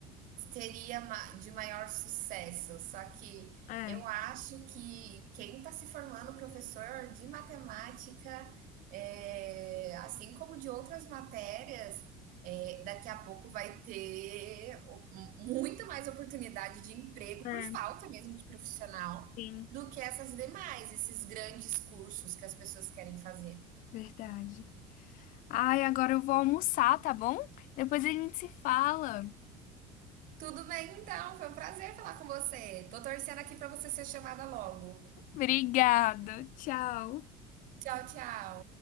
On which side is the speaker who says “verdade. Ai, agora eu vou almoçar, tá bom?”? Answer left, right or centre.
Left